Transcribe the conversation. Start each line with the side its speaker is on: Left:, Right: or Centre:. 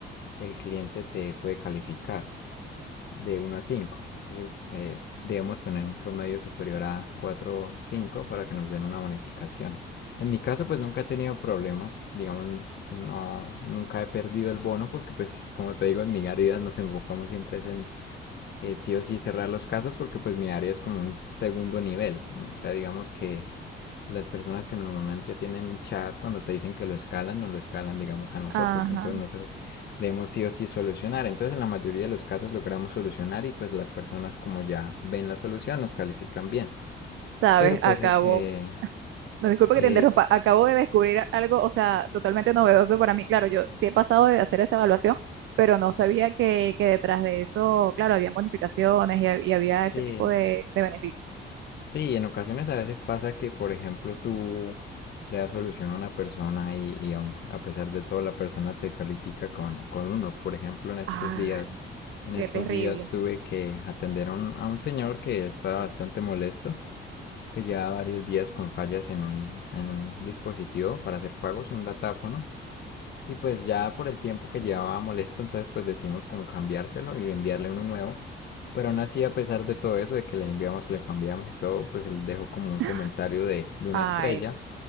Left: el cliente te puede calificar de uno a cinco, Entonces, eh, debemos tener un promedio superior a 4 o 5 para que nos den una bonificación. En mi caso, pues nunca he tenido problemas, digamos, no, nunca he perdido el bono porque, pues, como te digo, en mi garida nos enfocamos siempre en eh, sí o sí cerrar los casos porque pues mi área es como un segundo nivel. ¿no? O sea, digamos que las personas que normalmente atienden un chat cuando te dicen que lo escalan, no lo escalan, digamos, a nosotros.
Right: Ajá,
Left: Entonces nosotros debemos sí o sí solucionar. Entonces en la mayoría de los casos logramos solucionar y pues las personas como ya ven la solución nos califican bien.
Right: sabes,
Left: Pero
Right: acabo.
Left: pues eh,
Right: No, disculpa que
Left: eh,
Right: te interrumpa. Acabo de descubrir algo, o sea, totalmente novedoso para mí. Claro, yo sí he pasado de hacer esa evaluación, pero no sabía que, que detrás de eso, claro, había bonificaciones y, ha- y había
Left: sí,
Right: ese tipo de, de beneficios.
Left: Sí, en ocasiones a veces pasa que, por ejemplo, tú le das solución a una persona y, y aun- a pesar de todo la persona te califica con, con uno. Por ejemplo, en estos
Right: Ay,
Left: días, en
Right: qué
Left: estos
Right: terrible.
Left: días tuve que atender a un, a un señor que estaba bastante molesto, que llevaba varios días con fallas en un, en un dispositivo para hacer pagos, un datáfono. Y pues ya por el tiempo que llevaba molesto, entonces pues decimos como cambiárselo y enviarle uno nuevo. Pero aún así, a pesar de todo eso, de que le enviamos, le cambiamos y todo, pues él dejó como un
Right: <laughs>
Left: comentario de, de una
Right: Ay,
Left: estrella.
Right: no.